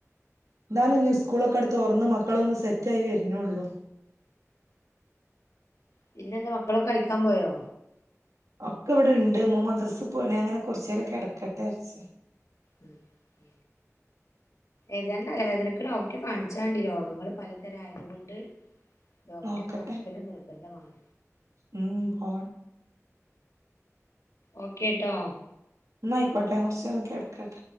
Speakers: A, on the right (about 85°); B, on the left (about 70°).
A: എന്താലും നീ സ്കൂളൊക്കെ അടുത്ത് ഓർന്ന് മക്കളൊന്ന സെറ്റ ആയി വരുന്നുള്ളു
B: പിന്നെ എന്താ മക്കളൊക്കെ കളിക്കാൻ പോയോ
A: ഒക്കെ ഇവിടെണ്ട് മൂ മദ്രസ്ൽ പോയിണ അങ്ങനെ കൊറച്ചു നേര കിടക്കട്ടെ ആര്ച്ചു
B: ഉം ഉം ഏതായാലും തലവേദനക്ക് ഡോക്ടറെ കാണിച്ചാണ്ടി രോഗങ്ങള് പലതരം ആയത് കൊണ്ട് ഡോക്റ്റ്
A: നോക്കട്ടെ
B: കാണിക്കല് നിർബന്ധമാണ്
A: ഉം പോ
B: ഓക്കെട്ടോ
A: നയിക്കട്ട കുർചേരകേട് കട്ട